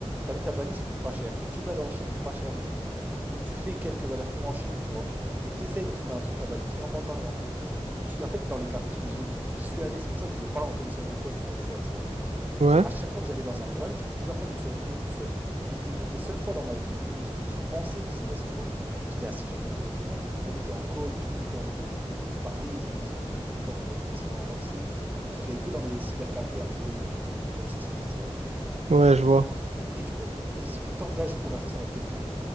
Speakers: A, on the right; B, on the right.
A: T'habites à Bali, ça coûte pas cher. Et tu peux aller en Chine pour pas cher non plus. Donc tu fais quelques allers-retours en Chine, tu vois? Et t'essayes de trouver un truc à Bali qui te rapporte l'argent. Tu- En fait, dans les cafés, parce que j'ai vu, j'y suis allé, c'est pour ça que je parle en connaissance de cause pour une fois, tu vois?
B: Ouais,
A: À chaque fois que j'allais dans un brunch, et plusieurs fois je me suis retrouvé tout seul. Et c'était une des seules fois dans ma vie où je me suis, j'ai pensé business, tu vois. J'étais assis, je regardais autour de moi et tout le monde était en call, tout le monde était en mode, de- ils parlaient, ils faisaient des trucs et tout, genre euh, ils étaient sur leur ordi et tout. Parce que j'allais que dans les cybercafés un peu, ou dans les trucs de brunch stylé, tu vois.
B: ouais, je vois.
A: Et du coup, il suffit que t'engages une conversation avec quelqu'un,